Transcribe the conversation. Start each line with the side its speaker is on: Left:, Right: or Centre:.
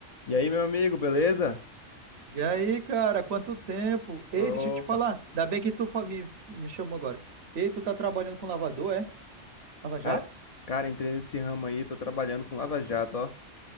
Left: E aí, meu amigo, beleza?
Right: E aí, cara, quanto tempo? Ei,
Left: Opa,
Right: deixa eu te falar. Ainda bem que tu fa- me, me chamou agora. Ei, tu tá trabalhando com lavador, é? Lava Jato?
Left: cara, cara, entrei nesse ramo aí, tô trabalhando com Lava Jato, ó.